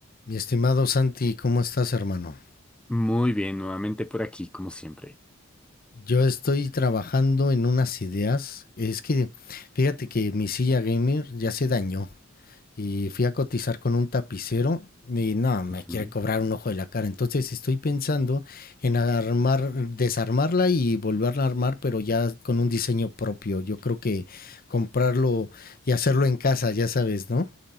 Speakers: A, on the left; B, in the centre.
A: Mi estimado Santi, ¿cómo estás, hermano?
B: Muy bien, nuevamente por aquí, como siempre.
A: Yo estoy trabajando en unas ideas. Es que fíjate que mi silla gamer ya se dañó y fui a cotizar con un tapicero y no, me
B: Ujú.
A: quiere cobrar un ojo de la cara. Entonces estoy pensando en armar, desarmarla y volverla a armar, pero ya con un diseño propio. Yo creo que comprarlo y hacerlo en casa, ya sabes, ¿no?